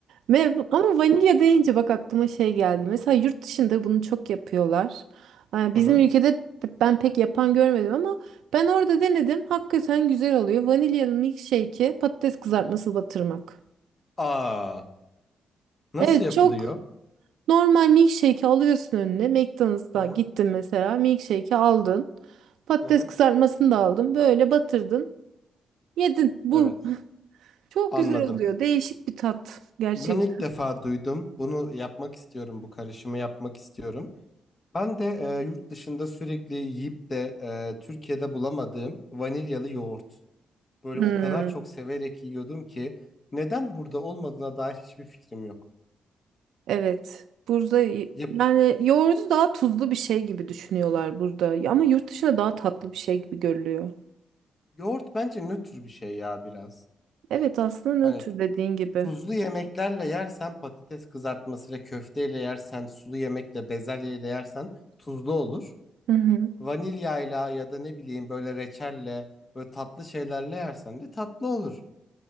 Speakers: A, on the right; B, on the left.
A: Ve- Ama vanilya deyince bak aklıma şey geldi. Mesela yurt dışında bunu çok yapıyorlar. Ay,
B: <laughs>
A: Bizim ülkede ben pek yapan görmedim ama ben orada denedim. Hakikaten güzel oluyor. Vanilyalı milkshake'e patates kızartması batırmak.
B: Aa, nasıl
A: Evet
B: yapılıyor?
A: çok Normal milkshake'i alıyorsun önüne. McDonald's'a
B: Hı hı.
A: gittin mesela. Milkshake'i aldın. Patates
B: Hı hı.
A: kızartmasını da aldın. Böyle batırdın. Yedin. Bu.
B: Evet.
A: Çok
B: Anladım.
A: güzel oluyor. Değişik bir tat gerçekten.
B: Ben ilk defa duydum. Bunu yapmak istiyorum. Bu karışımı yapmak istiyorum. Ben de e, yurt dışında sürekli yiyip de e, Türkiye'de bulamadığım vanilyalı yoğurt. Böyle
A: Hmm,
B: o kadar çok severek yiyordum ki neden burada olmadığına dair hiçbir fikrim yok.
A: evet. Burada y-
B: Ya,
A: yani yoğurdu daha tuzlu bir şey gibi düşünüyorlar burada. Ama yurt dışında daha tatlı bir şey gibi görülüyor.
B: yoğurt bence nötr bir şey ya biraz.
A: Evet aslında nötr
B: Hani
A: dediğin gibi.
B: Tuzlu yemeklerle yersen patates kızartmasıyla köfteyle yersen sulu yemekle bezelyeyle yersen tuzlu olur.
A: Hı hı.
B: Vanilyayla ya da ne bileyim böyle reçelle böyle tatlı şeylerle yersen de tatlı olur.